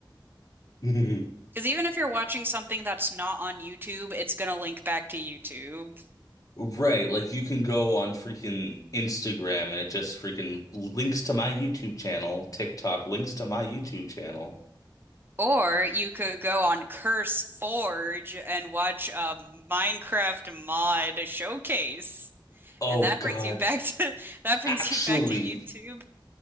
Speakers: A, on the left (about 45°); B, on the right (about 25°).
A: <laughs>
B: Because even if you're watching something that's not on YouTube, it's gonna link back to YouTube.
A: Right, like you can go on freaking Instagram and it just freaking links to my YouTube channel, TikTok links to my YouTube channel.
B: Or you could go on Curse Forge and watch a Minecraft mod showcase.
A: Oh
B: And that
A: God.
B: brings you back to <laughs> that brings
A: Actually,
B: you back to YouTube.